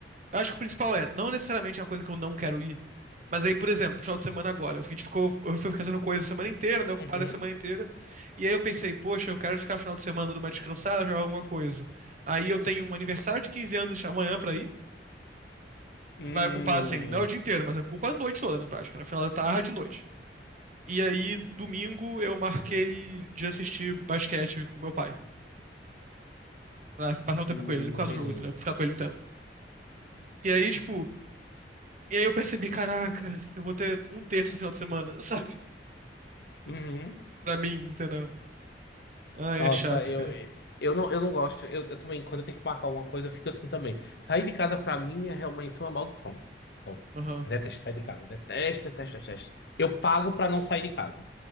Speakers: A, on the right; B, on the left.
A: Eu acho que o principal é, não necessariamente é uma coisa que eu não quero ir. Mas aí, por exemplo, final de semana agora, eu fiquei, a gente ficou, eu fui fazendo coisa a semana inteira, né? Ocupada
B: Uhum.
A: a semana inteira. E aí eu pensei, poxa, eu quero ficar final de semana numa descansada, jogar alguma coisa. Aí eu tenho um aniversário de 15 anos amanhã pra ir,
B: Hum,
A: que vai ocupar, assim, não é o dia inteiro, mas ocupa a noite toda, na prática, na final da tarde e noite. E aí, domingo, eu marquei de assistir basquete com meu pai. Pra passar um tempo
B: hum,
A: com ele, nem por causa
B: entendi.
A: do jogo, entendeu? Pra ficar com ele um tempo. E aí, tipo, e aí eu percebi, caraca, eu vou ter um terço no final de semana, <laughs> sabe?
B: Uhum.
A: Pra mim, entendeu? Ai,
B: Nossa,
A: é chato,
B: eu,
A: cara.
B: eu não, eu não gosto. Eu, eu também, quando eu tenho que marcar alguma coisa, eu fico assim também. Sair de casa pra mim é realmente uma maldição. Eu
A: Aham.
B: detesto sair de casa. Detesto, detesto, detesto. Eu pago pra não sair de casa.